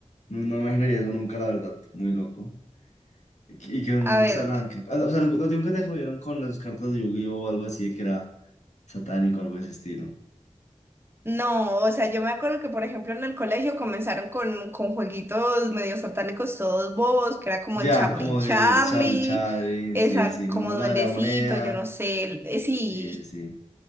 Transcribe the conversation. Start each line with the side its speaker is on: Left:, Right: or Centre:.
Left: No, no me imaginaría eso nunca, la verdad. Muy loco. Y que los
Right: A
Left: muñecos
Right: ver.
Left: hablaban. que- ah, no, O sea, nunca- no, nunca te jodieron con las cartas de Yu-Gi-Oh o algo así de que era satánico, algo de ese estilo.
Right: No, o sea, yo me acuerdo que, por ejemplo, en el colegio comenzaron con, con jueguitos medio satánicos todos bobos, que era como
Left: Ya,
Right: el Charlie
Left: como
Right: Charlie,
Left: de Charlie Chaplin,
Right: esa
Left: sí, el sí, ¿no?
Right: como duendecito,
Left: La de la moneda.
Right: yo no sé, el- eh, sí,
Left: Sí, sí, sí.